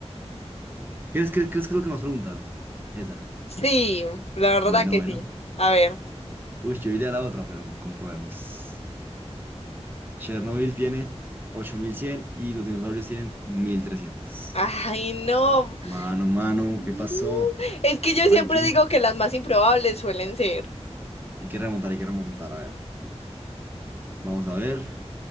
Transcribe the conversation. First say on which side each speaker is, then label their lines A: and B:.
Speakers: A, on the right; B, on the left.
A: ¿Crees que, crees que es lo que más preguntaron? Esa.
B: Sí, la verdad
A: Bueno,
B: que
A: bueno.
B: sí. A ver.
A: Uy, yo iría a la otra, pero comprobemos. Chernobyl tiene 8100 y los dinosaurios tienen 1300.
B: Ay, no.
A: Mano, mano,
B: No.
A: ¿qué pasó?
B: Es que yo
A: Hay
B: siempre
A: que,
B: digo que las más improbables suelen ser.
A: hay que remontar, hay que remontar. A ver, vamos a ver